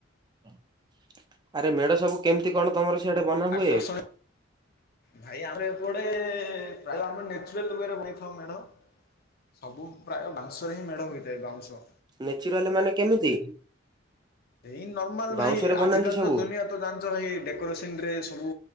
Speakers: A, on the right; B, on the left.
A: ହ ଆରେ ମେଢ ସବୁ କେମିତି କଣ ତମର ସିଆଡେ ବନା ହୁଏ
B: ଆର୍ଷଣ ଭାଇ ଆମର ଏପଟେ ପ୍ରାୟ ଆମ ନେ <unintelligible> ମ୍ୟାଡ଼ାମ ସବୁ ପ୍ରାୟ ଭାଷୁ <unintelligible> ମେଢ଼ ହୋଇଥାଏ ବାଉଁଶ
A: ନେଚୁରାଲ ମାନେ କେମିତି?
B: ଏଇ ନର୍ମାଲ
A: ବାଉଁଶରେ
B: ଭାଇ
A: ବନାନ୍ତି
B: ଆଜି କାଲି
A: ସବୁ?
B: ତ ଦୁନିଆ ତ ଜାଣିଛ ଭାଇ ଡେକୋରେସ <unintelligible> ସବୁ